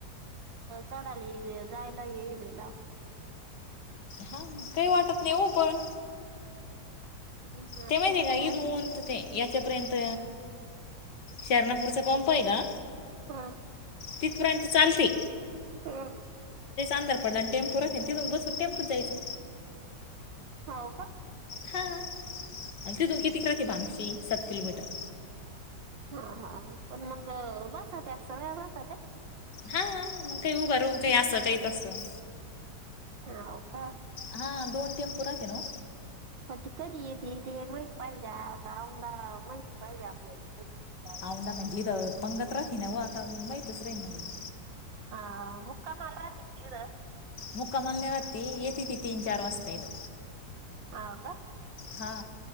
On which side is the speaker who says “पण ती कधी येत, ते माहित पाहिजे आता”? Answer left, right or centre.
Right